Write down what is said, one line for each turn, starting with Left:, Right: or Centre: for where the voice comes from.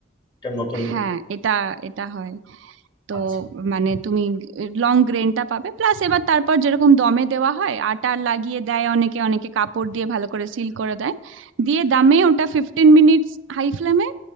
Left: এটা নতুন
Right: হ্যাঁ এটা এটা হয় তো
Left: আচ্ছা
Right: মানে তুমি লং গ্রেনটা পাবে প্লাস এবার তারপর যেরকম দমে দেওয়া হয় আটা লাগিয়ে দেয় অনেকে অনেকে কাপড় দিয়ে ভালো করে সিল করে দেয় দিয়ে দামে ওটা ফিফটিন মিনিটস হাই ফ্লেমে